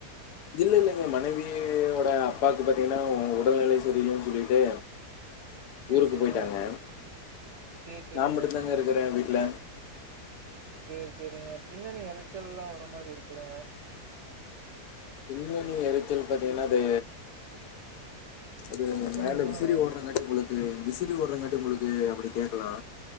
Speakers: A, on the left (about 80°); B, on the right (about 60°).
A: இல்ல இல்லைங்க, மனைவியோட அப்பாக்கு பாத்தீங்கனா உடல்நிலை சரியில்லனு சொல்லிட்டு
B: <inaudible>
A: ஊருக்கு
B: சேரிங்க
A: போயிட்டாங்க,
B: சேரி சேரிங்க
A: நா மட்டுதாங்க இருக்கிறே வீட்ல
B: சேரி சேரிங்க, பின்னணி எரைச்சல்லா வர மாரி இருக்குதுங்க
A: பின்னணி எரைச்சல் பாத்தீங்கன்னா அது அது
B: சொல்லுங்க
A: மேல
B: சொல்லுங்க
A: விசிறி ஓடுறங் காட்டு உங்களுக்கு விசிறி ஓடுறங்காட்டு உங்களுக்கு அப்டி கேக்கலா